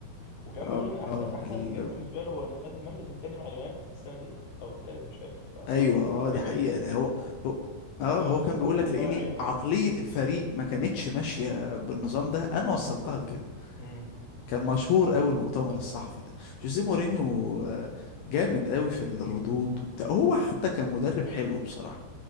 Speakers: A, on the left; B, on the left.
A: وكان
B: اه
A: بيقول ان احسن
B: اه
A: احسن
B: ال...
A: انجاز بالنسبه له هو ان خد المركز الثاني مع اليونايتد في السنه ديت او الثالث مش فاكر فالراجل
B: ايوه اه دي حقيقة لا
A: <laughs>
B: هو هو اه
A: الراجل
B: هو كان
A: ط-
B: بيقول
A: ط-
B: لك لاني
A: طالع عينه
B: عقلية
A: يعني
B: الفريق ما كانتش ماشية بالنظام ده انا وصلتها لكده
A: امم
B: كان مشهور قوي المؤتمر الصحفي ده جوزيه مورينيو آه، جامد قوي في الردود وبتاع هو حتى كان مدرب حلو بصراحة